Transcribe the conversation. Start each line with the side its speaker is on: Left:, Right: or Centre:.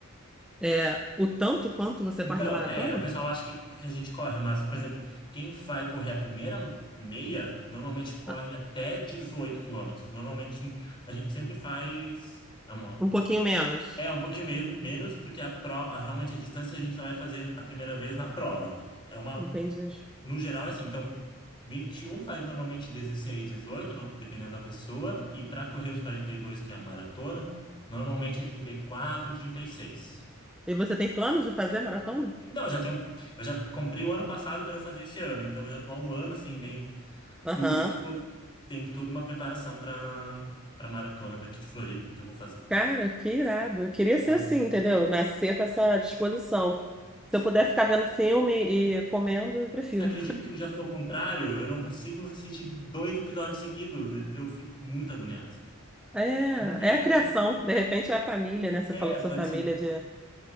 Centre: é, o tanto quanto você
Left: Então,
Centre: corre na maratona?
Left: é, o pessoal acha que, que a gente corre, mas, por exemplo, quem vai correr a primeira meia, normalmente corre
Centre: Ah,
Left: até 18 quilômetros. Normalmente, a gente sempre faz. É, uma,
Centre: Um pouquinho menos.
Left: é um pouquinho mes- menos, porque a pro, a- realmente a distância a gente só vai fazer a primeira vez na prova. É uma.
Centre: Entendi.
Left: No geral, é assim. Então, 21 faz normalmente 16, 18, não- dependendo da pessoa. E para correr os 42, que é a maratona, normalmente é 34, 36.
Centre: E você tem planos de fazer maratona?
Left: Então, eu já tenho, eu já comprei o ano passado para eu fazer esse ano, então eu já tô há um ano assim, meio
Centre: Aham.
Left: tudo, tô- tem toda uma preparação para para maratona daqui de Floripa que eu vou fazer.
Centre: Cara, que irado. Eu queria ser
Left: Ah.
Centre: assim, entendeu? Nascer com essa disposição. Se eu puder ficar vendo filme e comendo, eu prefiro.
Left: Você acredita que eu já sou ao contrário? Eu não consigo assistir dois episódios seguidos, eu fico muito agoniado.
Centre: É,
Left: Não sei o que
Centre: é a criação.
Left: que
Centre: De repente é a família, né? Você
Left: é.
Centre: falou
Left: É,
Centre: que
Left: pode
Centre: sua família
Left: ser.
Centre: é de.